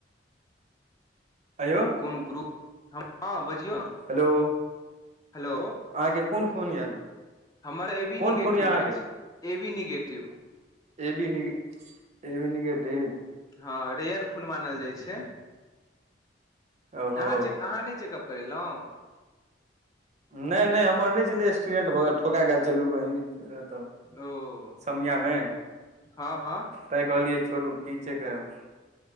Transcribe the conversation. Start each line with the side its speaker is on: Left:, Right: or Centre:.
Right: अयौ
Left: कोन ग्रुप हँ बजियौ
Right: हेलो अहाँकेँ
Left: हेलो
Right: कोन खुन यऽ
Left: हमर ए बी
Right: कोन
Left: नेगेटिव
Right: खून यऽ अहाँके
Left: अछि A B negative
Right: A B निग ए बी निगेटिव
Left: हँ रेयर खून मानल जाय छै
Right: ओहो
Left: अहाँ चेक अहाँ नय चेकअप करेलहुँ
Right: नय - नय हमर नय छलै एक्सीडेंट भऽ गैल ठोका गैल छलहु बही वेह एतऽ
Left: ओ
Right: समियामे
Left: हँ हँ
Right: तैय कहलियै छोड़ू की चेक करैब